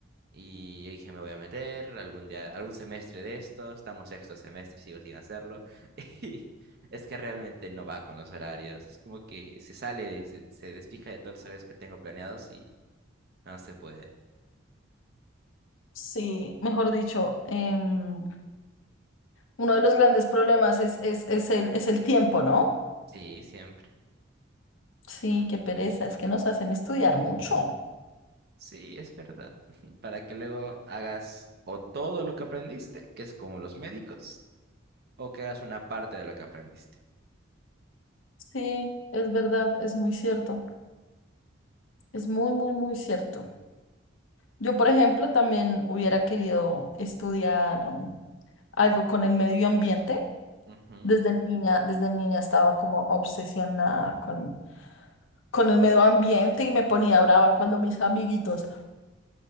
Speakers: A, on the right (about 55°); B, on the left (about 75°).
A: y yo dije, me voy a meter algún día, algún semestre de esto, estamos sexto semestre y sigo sin hacerlo. <laughs> Y es que realmente no va con los horarios, es como que se sale, de- se, se desfija de todos los horarios que tengo planeados y no se puede.
B: Sí, mejor dicho, em, uno de los grandes problemas es, es, es el, es el tiempo, ¿no?
A: Sí, siempre.
B: Sí, qué pereza, es que nos hacen estudiar mucho.
A: Sí, es verdad. <laughs> Para que luego hagas o todo lo que aprendiste, que es como los médicos, o que hagas una parte de lo que aprendiste.
B: Sí, es verdad, es muy cierto, es muy, muy, muy cierto. Yo, por
A: Y...
B: ejemplo, también hubiera querido estudiar um, algo con el medio ambiente
A: Ujú.
B: Desde niña, desde niña estaba como obsesionada con, con el medio ambiente y me ponía brava cuando mis amiguitos